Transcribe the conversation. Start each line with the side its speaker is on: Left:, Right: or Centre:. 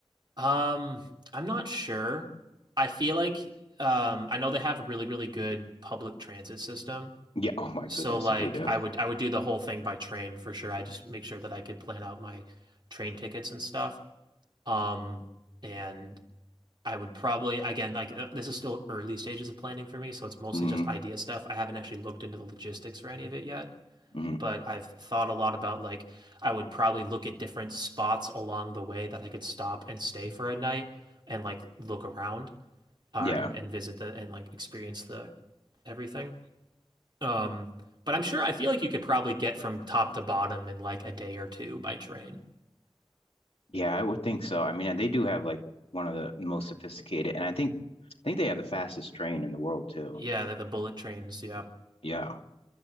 Right: Um, I'm not sure. I feel like um, I know they have a really, really good public transit system.
Left: Yeah. Oh my
Right: So
Left: goodness,
Right: like
Left: yes, they do.
Right: I would I would do the whole thing by train for sure. I just make sure that I could plan out my train tickets and stuff. Um, and I would probably again like uh, this is still early stages of planning for me, so it's mostly
Left: hmm
Right: just idea stuff. I haven't actually looked into the logistics for any of it yet,
Left: hmm
Right: but I've thought a lot about like I would probably look at different spots along the way that I could stop and stay for a night and like look around uh,
Left: Yeah.
Right: and and visit the and like experience the everything. Um, but I'm sure I feel like you could probably get from top to bottom in like a day or two by train.
Left: Yeah, I would think so. I mean, they do have like one of the most sophisticated, and I think I think they have the fastest train in the world too.
Right: Yeah, the, the bullet trains. Yeah.
Left: Yeah.